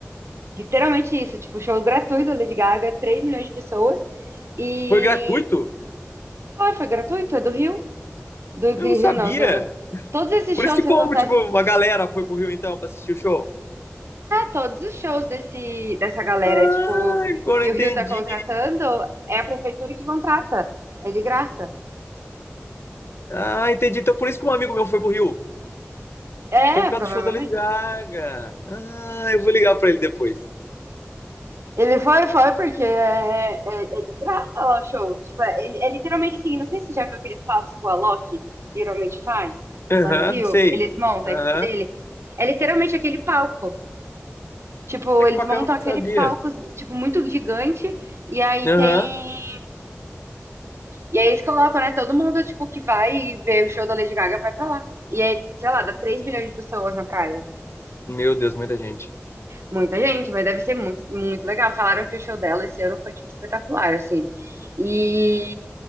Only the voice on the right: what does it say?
Literalmente isso, tipo, show gratuito da Lady Gaga, 3 milhões de pessoas. E
foi, foi gratuito, é do Rio, do Rio
não, do, todos esses
shows
que
acontecem
todos os shows desse, dessa galera,
tipo,
que
o
Rio tá contratando, é a prefeitura que contrata. É de graça.
É,
provavelmente.
Ele foi, foi, porque é, é, é de graça lá o show. Tipo, é, é literalmente assim, não sei se você já viu aqueles palcos que o Alok geralmente faz
lá no Rio.
Eles montam
a equipe dele. É literalmente aquele palco. Tipo,
eles
montam
aquele
palco, tipo, muito gigante, e aí
tem. E aí eles colocam, né? Todo mundo, tipo, que vai ver o show da Lady Gaga vai pra lá. E aí, sei lá, dá 3 milhões de pessoas na praia.
Muita gente, mas deve ser muito, muito legal. Falaram que o show dela esse ano foi, tipo, espetacular, assim. E